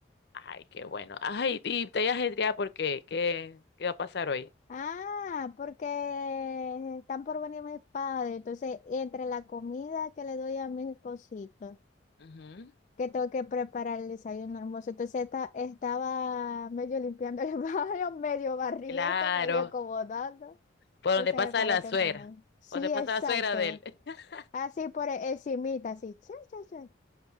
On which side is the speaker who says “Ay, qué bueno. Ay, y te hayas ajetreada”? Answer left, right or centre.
Left